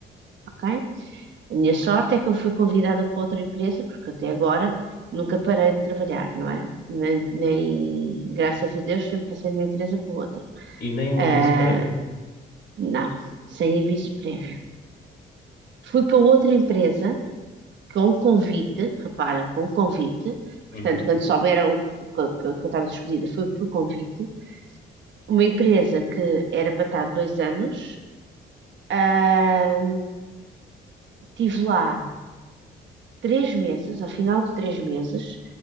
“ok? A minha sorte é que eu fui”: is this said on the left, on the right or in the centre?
Right